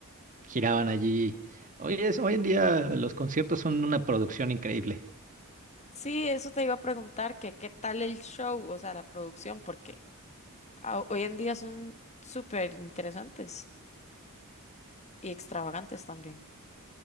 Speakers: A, on the right (about 35°); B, on the left (about 30°).
A: giraban allí. Hoy es, hoy en día los conciertos son una producción increíble,
B: Sí, eso te iba a preguntar, que qué tal el show, o sea, la producción, porque a- hoy en día son súper interesantes y extravagantes también.